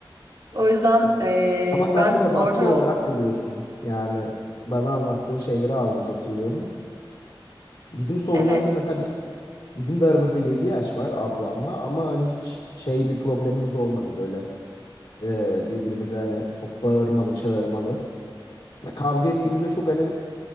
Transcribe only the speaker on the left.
Ama sen
biraz haklı
olarak buluyorsun. Yani bana anlattığın şeyleri az buz hatırlıyorum. Bizim sorunlarımız
mesela biz bizim de aramızda 7 yaş var ablamla ama hani hiç şey bir problemimiz olmadı böyle e, birbirimize hani çok bağırmalı çağırmalı. Ya Kavga ettiğimizde çok hani